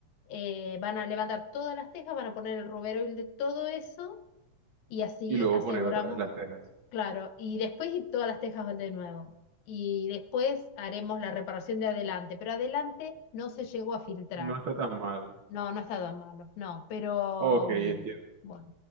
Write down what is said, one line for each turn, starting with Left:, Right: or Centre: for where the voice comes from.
Left: eh, van a levantar todas las tejas, van a poner el robero y de todo eso y así
Right: Y luego
Left: aseguramos
Right: poner otra vez las cejas.
Left: Claro, y después y todas las tejas de nuevo. Y después haremos la reparación de adelante, pero adelante no se llegó a filtrar.
Right: No está tan mal.
Left: No, no está tan malo, no, pero
Right: Ok,
Left: mm,
Right: entiendo.
Left: bueno.